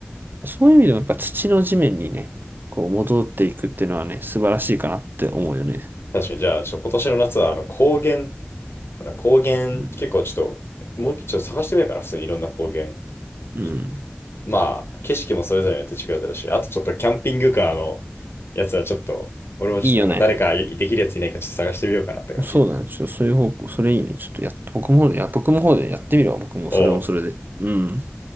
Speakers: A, on the right; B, on the left.
A: そういう意味でもやっぱ土の地面にね、こう戻っていくっていうのはね、素晴らしいかなって思うよね。
B: 確かに、じゃあ、ちょ、今年の夏はあの高原、高原結構ちょっと、
A: うん。
B: もう一回ちょっと探してみようかな、普通にいろんな高原。
A: うん。
B: 一まあ、景色もそれぞれによって違うだろうし、あとちょっとキャンピングカーのやつはちょっと、俺もちょっとなんか誰かできるやついないかちょっと探してみようかなって感じ。
A: いいよね。そうだね。ちょっとそういう方向、それいいね。ちょっとやっ、僕も、いや、僕の方でやってみるわ。僕もそれもそれで。
B: おう。
A: うん。